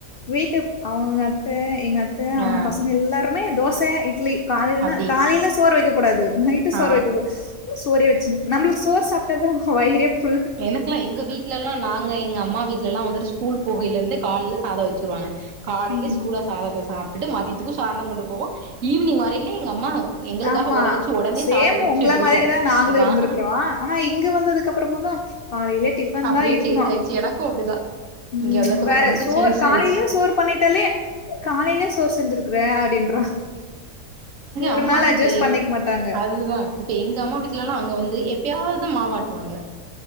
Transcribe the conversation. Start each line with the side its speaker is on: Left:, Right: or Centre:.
Left: வீட்டு அவுங்க அத்த எங்க அத் த்த அவுங்க
Right: ஆ
Left: பசங்க எல்லாருமே தோச இட்லி காலைலன்ன
Right: அப்டி
Left: காலையில சோறு வக்க கூடாது நைட்டு சோறு
Right: ஆ
Left: வக்க கூடாது உஸ் சோறே வச்சின் நம்மளுக்கு சோர் சாப்பிட்டத வயிறே ஃபுல்
Right: எனக்குலா எங்க வீட்டுலா நாங்க எங்க அம்மா வீட் வீட்டுலலா வந்துட்டு ஸ்கூல் போகையில இருந்து காலையில சாத வச்சுருவாங்க காலையிலே
Left: ம்
Right: சூடா சாதத்த சாப் விட்டுட்டு மதியத்துக்கு ஸ் சாத கொண்டு போவோ ஈவினிங் வரை இல்லைங் அம்மா எங்களுக்காக
Left: ஆமா
Right: ஒல வச்சு ஒடனே
Left: சேம்
Right: சாதம் கொதிச்சுட்டு
Left: உங்கள
Right: இருக்கு
Left: மாதிரிதா நாங்களு
Right: அப்டிதா
Left: இருந்திருக்கிறோ ஆனா இங்க வந்ததுக்கு அப்பறமாதா காலையிலே டிஃபன்
Right: அப்டியே
Left: தா இருக்கணு
Right: சேஞ்ச் ஆயிடுச்சு எனக்கு அப்டிதா
Left: ம்
Right: இங்க வந்ததுக்கப்புறோ
Left: வேற
Right: ரொம்ப
Left: சோர்
Right: சேஞ்ச்
Left: காலையில
Right: ஆயிடுச்சு
Left: சோர் பண்ணிட்டாலே காலையில சோர் செஞ்சிருக்கறே அப்டின் ஒரு
Right: ஏ
Left: நாள் அட்ஜஸ்ட் பண்ணிக்க மாட்டாங்க
Right: அதுதா இப்ப எங்க அம்மா வீட்டுலல்லா அங்க வந்து எப் எப்பயாது மாவாட்டுவாங்க